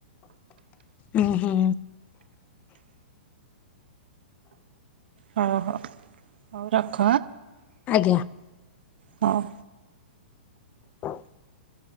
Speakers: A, on the left; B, on the right.
A: ହୁଁ ହୁଁ।
B: ହଉ ହଉ ହଉ ରଖ।
A: ଆଜ୍ଞା।
B: ହଉ।
A: ହଁ <inaudible>